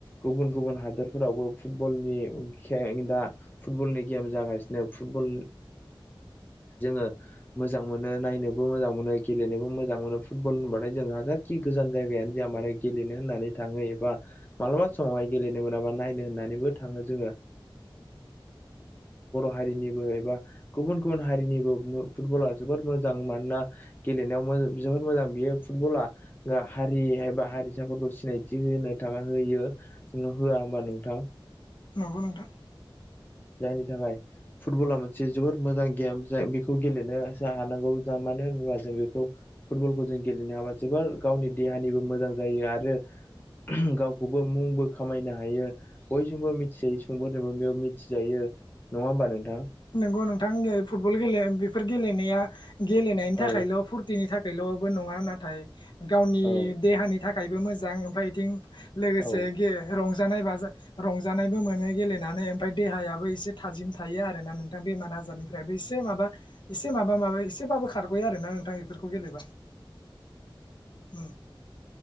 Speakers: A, on the left; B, on the left.
A: गुबुन गुबुन हादोरफोरावबो फुटबलनि दा फुटबलनि गेम जागासिनो फुटबल जोङो मोजां मोनो नायनोबो मोजां मोनो गेलेनोबो मोजां मोनो फुटबल होनबाथाय जोंहा खि गोजान जायगायानो जाया मानो गेलेनो होननानै थांहोयोब्ला मालाबा समावहाय गेलेनो मोनाबा नायनो होननानै बेबो थांङो जों हारिनिबो एबा गुबुन गुबुन हारिनिबो फुटबला जोबोद मोजां मानोना गेलेनायाव जोबोद मोजां बियो फुटबला हारिबा हारिसाफोरखौ सिनायथि होनो थाखाय होयो। होआ होनबा नोंथां।
B: नंगौ नोंथां।
A: जायनि थाखाय फुटबला मोनसे जोबोद मोजां गेम जाय बेखौ गेलेनो हानांगौ। मानो होनोबा जों बेखौ फुटबलखौ जों गेलेनो हाबा जोबोर गावनि देहानिबो मोजां जायो आरो गावखौबो मुंबो खामायनो हायो बयजोंबो मिथिजायो सुबुंफोरजोबो मिथिजायो नङा होमबा नोंथां।
B: नंगौ नोंथां फुटबल गेले बेफोर गेलेनाया गेलेनायनि
A: औ
B: थाखायल' फुरथिनि थाखाय ल'बो नङा नाथाय गावनि
A: औ
B: देहानि थाखायबो मोजां ओमफ्राय बिथिं लोगोसे
A: औ
B: गे रंजा रंजानाय बाजा रंजानायबो मोनो गेलेनानै ओमफ्राय देहायाबो एसे थाजिम थायो आरो ना नों बेमार आजारनिफ्रायबो इसे माबा एसे माबा माबा एसेबाबो खारग'यो आरो ना नोंथां। इफोरखौ गेलेबा ओम।